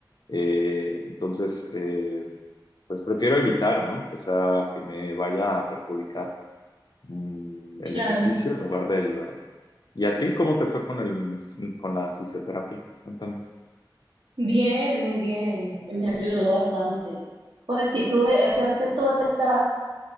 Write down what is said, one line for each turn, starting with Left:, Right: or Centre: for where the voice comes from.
Left: Eh, entonces, eh, pues prefiero evitar, ¿no? O sea, que me vaya a perjudicar, mm,
Right: claro.
Left: el ejercicio en lugar de ayudarme. ¿Y a ti cómo te fue con el, con la fisioterapia? Cuéntame.
Right: Bien, muy bien. Me ayudó bastante. Pues sí, tuve, o sea, es que tuve que estar,